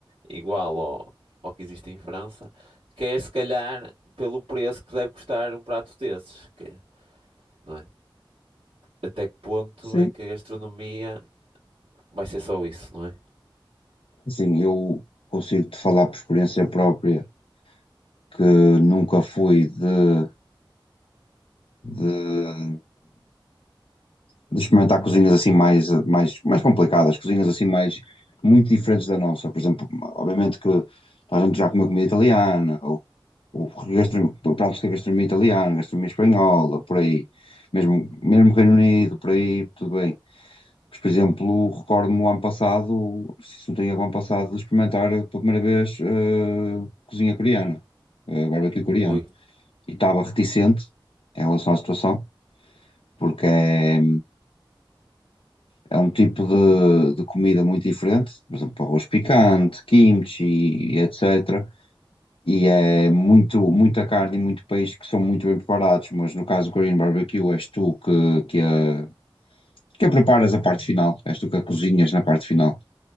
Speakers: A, on the right (about 85°); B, on the left (about 90°).
A: igual ao, ao que existe em França, que é se calhar pelo preço que deve custar um prato desses, que, não é? Até que ponto
B: Sim,
A: é que a gastronomia vai ser só isso, não é?
B: Assim, eu consigo-te falar por experiência própria que nunca fui de, de- de experimentar cozinhas assim mais, mais, mais complicadas, cozinhas assim mais muito diferentes da nossa. Por exemplo, obviamente que a gente já comeu comida italiana, ou, ou gastro- pratos de gastronomia italiana, gastronomia espanhola, por aí, mesmo, mesmo Reino Unido, por aí, tudo bem. Mas, por exemplo, recordo-me o ano passado, se não tenho erro, o ano passado, de experimentar pela primeira vez eh, cozinha coreana, eh, barbecue coreano.
A: Ui.
B: E estava reticente em relação à situação, porque é, é um tipo de, de comida muito diferente, por exemplo, arroz picante, kimchi, e etc. E é muito, muita carne e muito peixe que são muito bem preparados, mas no caso do Korean Barbecue és tu que, que, a, que a preparas a parte final, és tu que a cozinhas na parte final.